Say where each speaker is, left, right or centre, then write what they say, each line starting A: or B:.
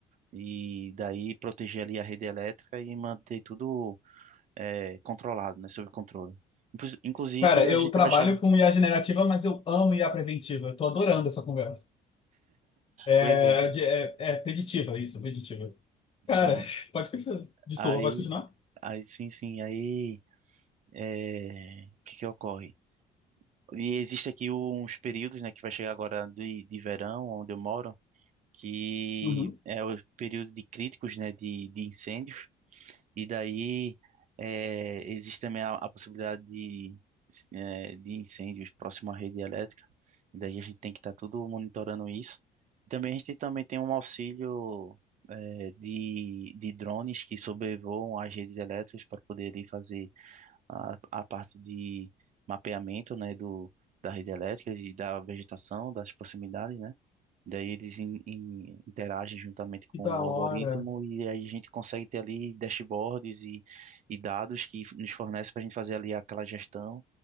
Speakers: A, on the right; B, on the left.
A: e daí proteger ali a rede elétrica e manter tudo é, controlado, né? Sob controle. Inclu- Inclusive,
B: Cara,
A: a
B: eu
A: gente
B: trabalho
A: vai chegar.
B: com IA generativa, mas eu amo IA preventiva. Eu tô adorando essa conversa. É,
A: Pois é,
B: de- é, é preditiva, isso, preditiva. Cara,
A: pronto.
B: <laughs> pode continuar. Desculpa,
A: Aí,
B: pode continuar?
A: aí sim, sim. Aí, é, o que que ocorre? E existe aqui uns períodos, né, que vai chegar agora de, de verão, onde eu moro, que
B: Uhum.
A: é o período de críticos, né, de, de incêndio. E daí eh, existe também a, a possibilidade de, eh, de incêndios próximo à rede elétrica. E daí a gente tem que estar tudo monitorando isso. Também a gente também tem um auxílio eh, de, de drones que sobrevoam as redes elétricas para poder ir fazer a, a parte de mapeamento, né, do, da rede elétrica e da vegetação, das proximidades, né? Daí eles in- in- interagem juntamente com
B: Que da
A: o
B: hora.
A: algoritmo e aí a gente consegue ter ali dashboards e, e dados que nos fornecem para a gente fazer ali aquela gestão